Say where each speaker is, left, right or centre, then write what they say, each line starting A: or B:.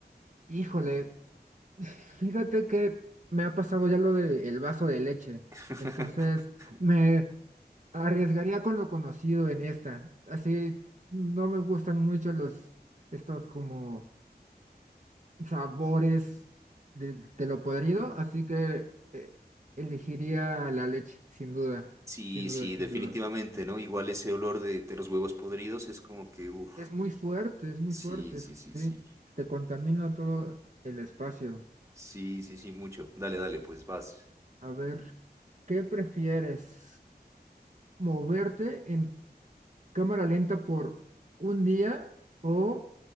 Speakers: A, on the right; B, on the right.
A: híjole, fíjate que me ha pasado ya lo del vaso de leche,
B: <laughs>
A: entonces me arriesgaría con lo conocido en esta, así no me gustan mucho los, estos como sabores de, de lo podrido, así que eh, elegiría la leche, sin duda,
B: Sí,
A: sin duda,
B: sí, definitivamente,
A: sin duda.
B: ¿no? Igual ese olor de, de los huevos podridos es como que, uff,
A: Es muy fuerte, es muy
B: sí,
A: fuerte,
B: sí,
A: es-
B: sí,
A: sí,
B: sí.
A: te contamina todo el espacio.
B: Sí, sí, sí, mucho. Dale, dale, pues vas.
A: A ver, ¿qué prefieres? moverte en cámara lenta por un día o